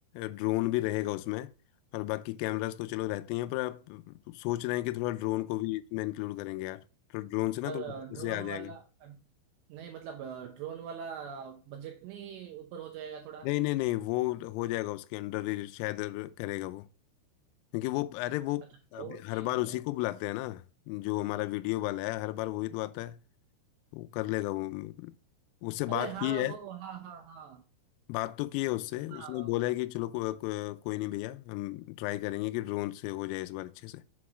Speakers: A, on the left (about 85°); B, on the right (about 80°).
A: ड्रोन भी रहेगा उसमें और बाकी कैमरास तो चलो रहते ही हैं पर आप सोच रहे हैं कि थोड़ा ड्रोन को भी इसमें इंक्लूड करेंगे यार तो ड्रोन से ना
B: पर
A: थोड़ा अच्छे
B: ड्रोन
A: से आ जाएगा
B: वाला नहीं मतलब ड्रोन वाला बजट नहीं ऊपर हो जाएगा थोड़ा
A: नहीं नहीं नहीं वो हो जाएगा उसके अंडर ही शायद करेगा वो क्योंकि वो अरे वो
B: अच्छा तो
A: अभी हर
B: ठीक
A: बार
B: है
A: उसी को बुलाते हैं ना जो हमारा वीडियो वाला है हर बार वही तो आता है वो कर लेगा वो उससे
B: अरे
A: बात
B: हाँ
A: की है
B: वो हाँ हाँ हाँ
A: बात तो की है उससे
B: हाँ
A: उसने बोला है कि चलो को, को, कोई नहीं भैया हम ट्राई करेंगे कि ड्रोन से हो जाए इस बार अच्छे से